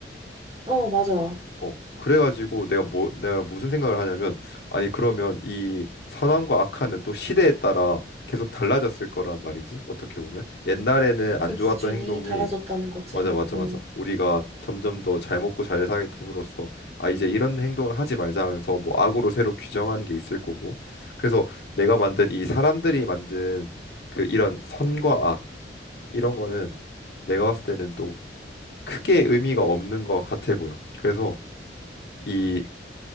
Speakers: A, on the right; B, on the left.
A: 어, 맞아.
B: 어, 그래가지고 내가 뭐 내가 무슨 생각을 하냐면 아니 그러면 이 선함과 악함은 또 시대에 따라 계속 달라졌을 거란 말이지. 어떻게 보면 옛날에는
A: 그
B: 안 좋았던
A: 기준이
B: 행동이
A: 달라졌다는 거지.
B: 맞아, 맞아,
A: 음,
B: 맞아. 우리가 점점 더 잘 먹고 잘 살게 됨으로써 아 이제 이런 행동을 하지 말자 하면서 뭐 악으로 새로 규정한 게 있을 거고. 그래서 내가 만든 이 사람들이 만든 그 이런 선과 악 이런 거는 내가 봤을 때는 또 크게 의미가 없는 것 같아 보여. 그래서 이